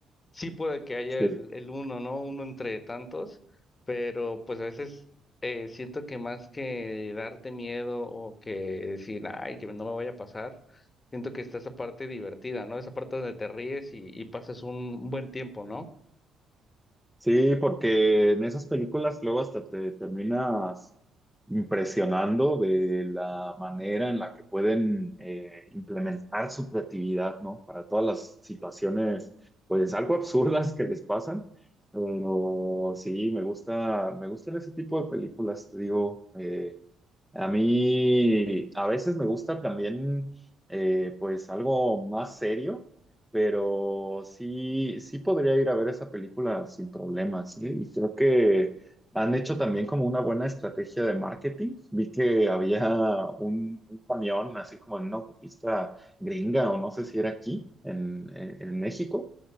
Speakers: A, on the left; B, in the centre.
A: Sí puede que haya
B: Sí.
A: el, el uno, ¿no? Uno entre tantos, pero pues a veces eh, siento que más que darte miedo o que decir, ay, que no me vaya a pasar, siento que está esa parte divertida, ¿no? Esa parte donde te ríes y, y pasas un un buen tiempo, ¿no?
B: Sí, porque en esas películas luego hasta te terminas impresionando de la manera en la que pueden eh, implementar su creatividad, ¿no? Para todas las situaciones, pues algo absurdas que les pasan. Pero sí, me gusta, me gustan ese tipo de películas, te digo. eh, a mí a veces me gusta también eh, pues algo más serio, pero sí, sí podría ir a ver esa película sin problemas, ¿sí? Y creo que han hecho también como una buena estrategia de marketing. Vi que había un, un camión así como en una autopista gringa o no sé si era aquí en, en en México